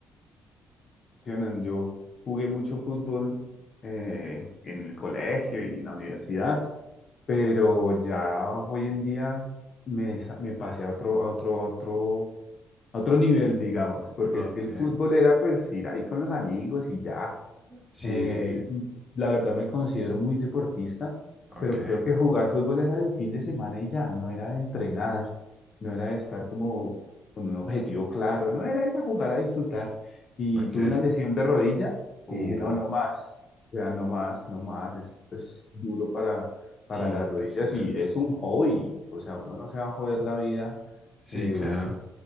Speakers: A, on the left; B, in the centre.
A: Jonan, yo jugué mucho fútbol eh, en el colegio y en la universidad, pero ya hoy en día me, sa- me pasé a otro, a otro, a otro, a otro nivel, digamos, porque
B: Ok,
A: es que el fútbol era pues ir ahí con los amigos y ya.
B: sí,
A: Eh,
B: sí, sí.
A: la verdad me considero muy deportista,
B: Ok,
A: pero creo que jugar fútbol era el fin de semana y ya, no era de entrenar, no era de estar como con un objetivo claro, no era ir a jugar a disfrutar. Y
B: ok.
A: tuve una lesión de rodilla
B: Uh,
A: y dije, no, no más, o sea, no más, no más, esto es duro para, para
B: sí,
A: las
B: eso
A: rodillas
B: es cierto.
A: y es un hobby, o sea, uno no se va a joder la vida.
B: Sí,
A: Eh,
B: claro.